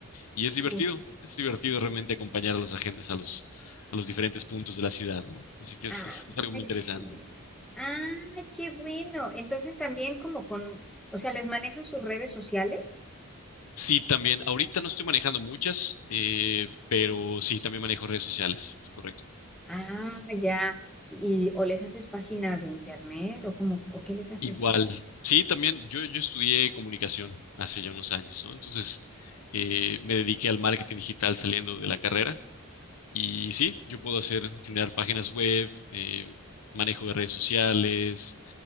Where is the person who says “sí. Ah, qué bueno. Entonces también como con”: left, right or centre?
Centre